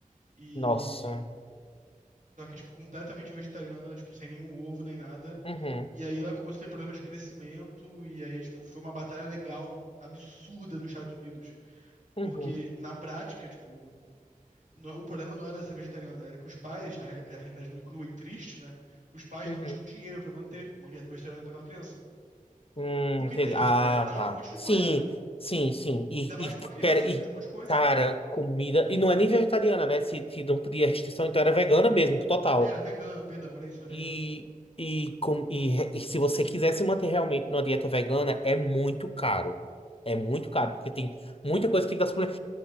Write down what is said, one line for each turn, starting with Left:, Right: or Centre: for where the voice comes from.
Right: e.
Left: Nossa.
Right: Só que, tipo, completamente vegetariana, tipo, sem nenhum ovo nem nada.
Left: Uhum,
Right: E aí ela começou a ter problema de crescimento, e aí, tipo, foi uma batalha legal absurda nos Estados Unidos.
Left: uhum,
Right: Porque, na prática, tipo, não- o problema não era ser vegetariana, era que os pais, a re- a realidade nua e crua e triste, né? Os pais
Left: uhum.
Right: não tinham dinheiro pra manter uma dieta vegetariana pra aquela criança.
Left: Hum,
Right: Porque
Left: entendi.
Right: tem que
Left: Ah,
Right: suplementar
Left: tá.
Right: com um monte de
Left: Sim,
Right: coisa, né?
Left: sim, sim. E,
Right: Ainda mais
Left: e,
Right: pra uma criança
Left: cara, e,
Right: que precisa de um monte de coisa.
Left: cara, comida. E não é nem vegetariana, né? Se, se não podia restrição, então era vegana mesmo, total.
Right: Era vegana, perdão, era isso, era vegana.
Left: E, e, com, e, e se você quiser se manter realmente numa dieta vegana, é muito caro. É muito caro, porque tem muita coisa que tem que dar